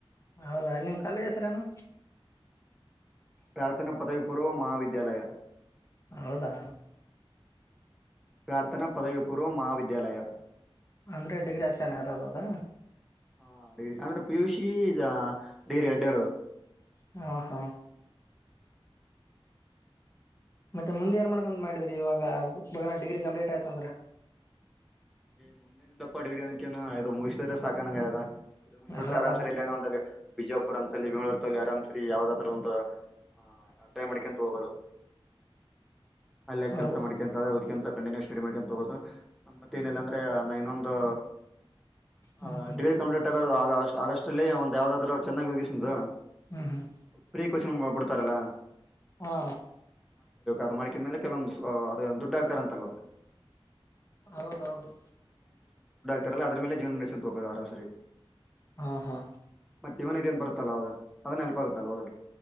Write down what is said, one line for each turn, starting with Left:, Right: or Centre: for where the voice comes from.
Left: ಹೌದಾ, ನಿಮ್ ಕಾಲೇಜ ಹೆಸರನು.
Centre: ಪ್ರಾರ್ಥನಾ ಪದವಿ ಪೂರ್ವ ಕಾಲೇಜು. ಪೂರ್ವ ಮಹಾವಿದ್ಯಾಲಯ.
Left: ಹೌದಾ
Centre: ಪ್ರಾರ್ಥನಾ ಪದವಿ ಪೂರ್ವ ಮಹಾವಿದ್ಯಾಲಯ. ವಿದ್ಯಾಲಯ.,
Left: ಅಂದ್ರೆ ಡಿಗ್ರಿ ಅಷ್ಟನ ಇರದ ಅದಾ.
Centre: ಹಾ ಡಿಗ್ರಿ ಅಂದ್ರೆ ಪಿ, ಯು, ಸಿ ಡಿಗ್ರಿ ಎಡ್ಡು ಇರೋದು.
Left: ಹ, ಹಾ,,, ಮತ್ತೆ ಮುಂದೆ ಏನ್ ಮಾಡ್ಕೊಂಡ್ ಮಾಡಿದರಿ ಇವಾಗ ಬಗನ ಡಿಗ್ರಿ ಕಂಪ್ಲೀಟ್ ಆಯ್ತು ಅಂದ್ರ.
Centre: ಮುಂದೆನೆಲ್ಲಪ್ಪ ಡಿಗ್ರ ಅನಕೇನ ಮುಂದೆಮುಗಿಸಿದ್ರ ಸಾಕಾನಂಗ ಆಗದಾ. ಇದು ಮುಗದಬಿಟ್ರ
Left: ಹೌದಾ
Centre: ಆರಾಮ ಸರಿ ಇಲ್ಲೇನ ಒಂದಲ್ಲಿ ಬಿಜಾಪುರ್ ಅಂತ ಬೆಂಗಳೂರುಲ್ಲಿ ಆರಾಮ್ಸರಿ ಯಾವದಾದರೂ ಒಂದು ಅ ಟ್ರೈ ಮಾಡಿಕೊಂತ ಹೋಗೋದು ಅಲ್ಲೇ
Left: ಹೌದು
Centre: ಕೆಲ್ಸ ಮಾಡ್ಕ ಅಂತ ಹೊದಕೆಂತ ಕಣ ಚಡಿ ಮಾಡ್ಕೊಂಡಂತ ತಗೋದತ್ತ ಮೇನಿಲ್ಲ ಅಂದ್ರೆ ನಾ ಇನ್ನೊಂದು ಹ
Left: ಹ್ಮ್ ಹ್ಮ್
Centre: ಡಿಗ್ರಿ ಕಂಪ್ಲೀಟ್ ಆಗೋದು ಆ ಆಗಸ್ಟ್ ಅಷ್ಟಲ್ಲಿ ಒಂದು ಯಾವದಾದ್ರು ಚೆನ್ನಾಗಿ ಒದಗಸಿದರು
Left: ಹ್ಮ್ ಹ್ಮ್
Centre: ಉಪರ ಕುಚ್ ಮುಬಡ ತರಲ
Left: ಹಾ
Centre: ಅದು ಮಾಡ್ಕಿದ ಮೇಲೆ ಕೆಲವೊಂದು ಅದ ದುಡ್ಡ ಆಗ್ತಾರ ಅಂತಲ್ಲ ಅದಕ್ಕೆ
Left: ಹೌದೌದು
Centre: ತರ ಅದ್ರೇಲೆ ಜವನ ನಸ ಹೋಗೋದು ಆರಾಮ್ ಸರಿ
Left: ಹಾ ಹಾ
Centre: ಮತ್ತೆ ಇವನದ ಏನ್ ಬರ್ತ್ತ ಹೌದು ಅದನ್ನ ನೆಲ್ಪ ಆಗುತ್ತಲ್ಲ ಹೌದದು